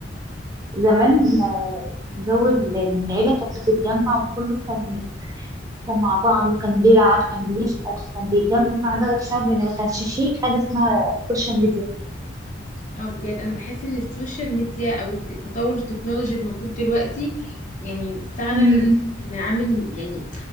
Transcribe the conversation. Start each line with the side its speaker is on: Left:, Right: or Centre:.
Right: زمان آه، جو ال- العيلة كانت بتتجمع وكله كان كان مع بعض وكان بيلعب كان بيسأل كان بيتجمع ده بسبب إن ما كانش فيه حاجة اسمها سوشيال ميديا
Left: اه بجد انا بحس ان السوشيال ميديا او التطور التكنولوجي الموجود دلوقتي يعني فعلا
Right: امم
Left: عامل يعني